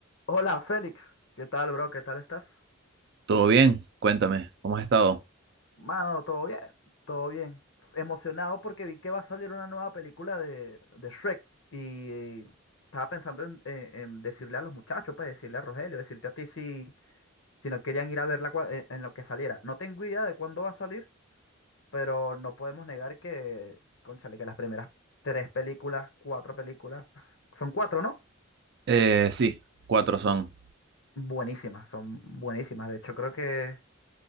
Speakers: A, on the left (about 70°); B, on the right (about 55°).
A: Hola Félix, ¿qué tal bro? ¿Qué tal estás?
B: ¿Todo bien? Cuéntame, ¿cómo has estado?
A: Mano, todo bien, todo bien. Emocionado porque vi que va a salir una nueva película de, de Shrek y estaba pensando en, en- en decirle a los muchachos, pues decirle a Rogelio, decirte a ti si, si no querían ir a verla cua- en, en lo que saliera. No tengo idea de cuándo va a salir, pero no podemos negar que, cónchale, que las primeras tres películas, cuatro películas, son cuatro, ¿no?
B: Eh, sí, cuatro son.
A: Buenísimas, son buenísimas. De hecho, creo que,